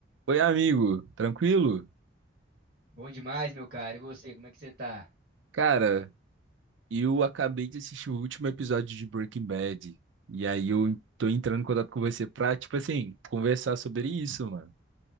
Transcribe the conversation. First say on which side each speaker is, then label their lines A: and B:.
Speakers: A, on the right; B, on the right.
A: Oi, amigo, tranquilo?
B: Bom demais, meu cara. E você, como é que você tá?
A: Cara, eu acabei de assistir o último episódio de Breaking Bad. E aí eu tô entrando em contato com você pra, tipo assim, conversar sobre isso, mano.